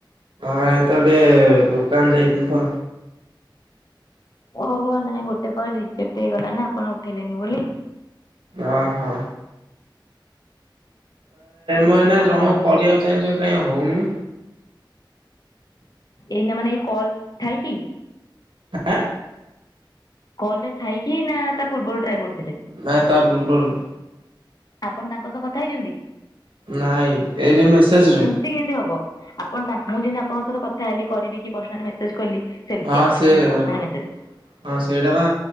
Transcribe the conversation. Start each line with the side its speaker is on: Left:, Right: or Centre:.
Right: ସେତେବେଳେ ଟିକେ ଦୋକାନ ଯାଇଥିଲି ତ।
Left: ଓହୋ ନାଇଁ ଗୋଟେ କଲ ରିଜେକ୍ଟ ହେଇଗଲା ନା ଆପଣ ଉଠେଇଲେନି ବୋଲି।
Right: ଅ ହଁ।
Left: ଗୋଟେ
Right: ମୁଁ ଏନା
Left: କଲ୍
Right: ଜଣକୁ
Left: ମାଡ଼ ଖାଇଲା।
Right: କରିବାକୁ ଚାହିଁଛ କାଇହିଁ ହଉନି!
Left: ଏଇନା ମାନେ ଏଇ କଲ ଠାଇ କି?
Right: ଆଁ!
Left: କଲେ ଥାଇକି ନା ତା ପୂର୍ବରୁ ଟ୍ରାଏ କର କରିଥିଲେ?
Right: ନାଇଁ ତାପବରୁ।
Left: ଆପଣ ତାଙ୍କ ସହ କଥା ହେଇଛନ୍ତି
Right: ନାଇଁ ଏଇ ଯୋଉ ମେସେଜରେ
Left: ଏମିତି କେମିତି ହବ? ଆଣ ତାଙ୍କୁ ମୁଁ ଯେମତି ଆପଣଙ୍କ ସହି କଥା ହେଲି, କରିବି କି ପସନାଲି ମେସେଜ୍ କଲି ସେମିତି
Right: ହଁ
Left: ଆପଣ
Right: ସେ
Left: ବି ସେମିତି
Right: ହଁ
Left: ପର୍ସନାଲ ମେସେଜ
Right: ସେଇଟା ବା